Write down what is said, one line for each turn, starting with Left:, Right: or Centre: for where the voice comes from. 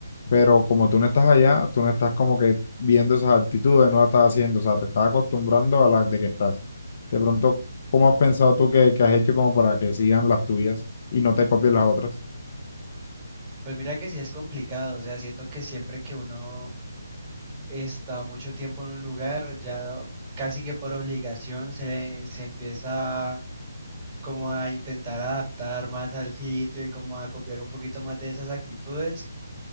Left: pero como tú no estás allá, tú no estás como que viendo esas actitudes, no las estás haciendo, o sea, te estás acostumbrando a las de que estás. De pronto, ¿cómo has pensado tú que, que has hecho como para que sigan las tuyas y no te copien las otras?
Right: Pues mira que sí es complicado, o sea, siento que siempre que uno está mucho tiempo en un lugar, ya casi que por obligación se le- se empieza como a intentar adaptar más al sitio y como a copiar un poquito más de esas actitudes